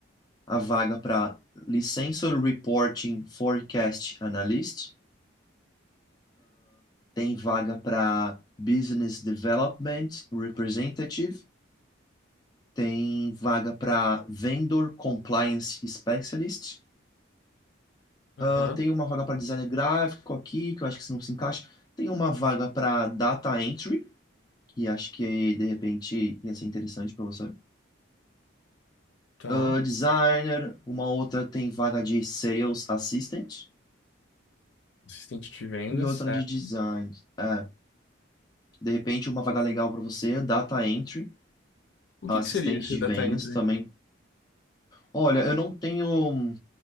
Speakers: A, on the left (about 20°); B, on the left (about 60°).
A: a vaga para Licensor Reporting Forecast Analyst. Tem vaga para Business Development Representative. Tem vaga para Vendor Compliance Specialist.
B: Aham,
A: Eu tenho uma vaga para designer gráfico aqui, que eu acho que isso não se encaixa. Tem uma vaga para data entry, que acho que de repente ia ser interessante para você.
B: tá.
A: Uh, designer, uma outra tem vaga de sales assistant
B: Assistente de vendas,
A: e outra
B: certo.
A: de design. É, de repente uma vaga legal para você, data entry,
B: O que
A: assistente
B: que seria esse
A: de
B: data
A: vendas
B: entry?
A: também. Olha, eu não tenho